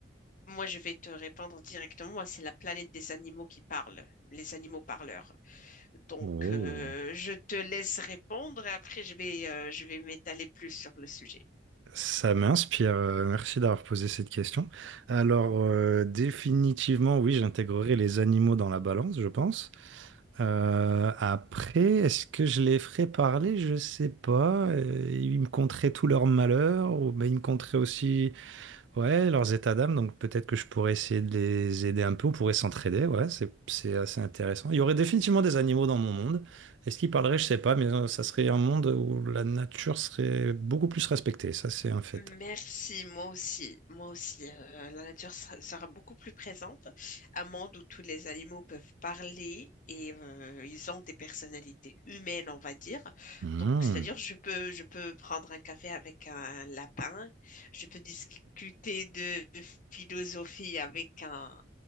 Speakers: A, on the left (about 45°); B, on the right (about 75°).
A: moi, je vais te répondre directement. Moi, c'est la planète des animaux qui parle, les animaux parleurs. Donc,
B: Oh.
A: euh, je te laisse répondre et après, je vais, euh, je vais m'étaler plus sur le sujet.
B: Ça m'inspire. euh, Merci d'avoir posé cette question. Alors, euh, définitivement, oui, j'intégrerai les animaux dans la balance, je pense. Euh, après, est-ce que je les ferai parler? Je sais pas. Euh, ils me conteraient tout leur malheur, ou ben, ils me conteraient aussi Ouais, leurs états d'âme, donc peut-être que je pourrais essayer de les aider un peu, on pourrait s'entraider, ouais, c'est, c'est assez intéressant. Il y aurait définitivement des animaux dans mon monde. Est-ce qu'ils parleraient, je sais pas, mais euh, ça serait un monde où la nature serait beaucoup plus respectée, ça c'est un fait.
A: Merci, moi aussi, moi aussi. euh, la nature sera, sera beaucoup plus présente. Un monde où tous les animaux peuvent parler et euh, ils ont des personnalités humaines, on va dire.
B: Hmm.
A: Donc, c'est-à-dire, je peux, je peux prendre un café avec un lapin, je peux discuter de philosophie avec un,